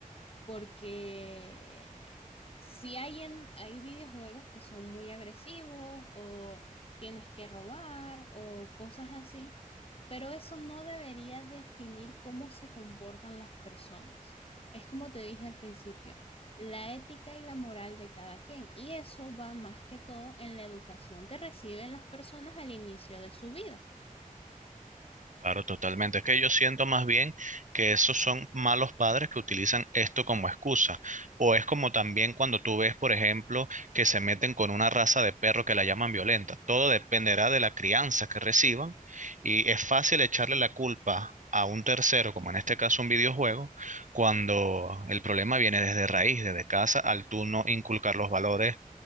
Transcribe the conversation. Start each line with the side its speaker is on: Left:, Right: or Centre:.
Left: porque si hay, en, hay videojuegos que son muy agresivos o tienes que robar o cosas así, pero eso no debería definir cómo se comportan las personas. Es como te dije al principio, la ética y la moral de cada quien, y eso va más que todo en la educación que reciben las personas al inicio de su vida.
Right: Claro, totalmente. Es que yo siento más bien que esos son malos padres que utilizan esto como excusa. O es como también cuando tú ves, por ejemplo, que se meten con una raza de perro que la llaman violenta. Todo dependerá de la crianza que reciban y es fácil echarle la culpa a un tercero, como en este caso un videojuego, cuando el problema viene desde raíz, desde casa, al tú no inculcar los valores